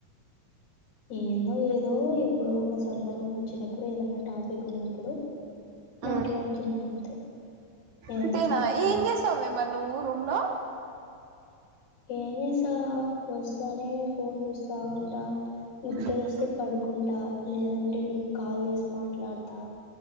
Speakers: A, on the left; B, on the right.
A: ఏందో ఏదో ఎప్పుడో ఒక సందర్భం వచ్చినప్పుడు ఏదైనా టాపిక్ ఉన్నప్పుడు మాట్లాడుతుంది
B: ఉమ్
A: అంతే ఏదన్నా
B: అంతేనా
A: చెప్పుకోవాలనుకు
B: ఏం చేస్తావే మరి నువ్వు రూమ్ లో
A: ఏం చేసా వస్తానే ఫోన్ చూస్తా ఉంటా నిద్దరోస్తే
B: ఉమ్
A: పడుకుంటా లేదంటే వీడికి కాల్ చేసి మాట్లాడుతా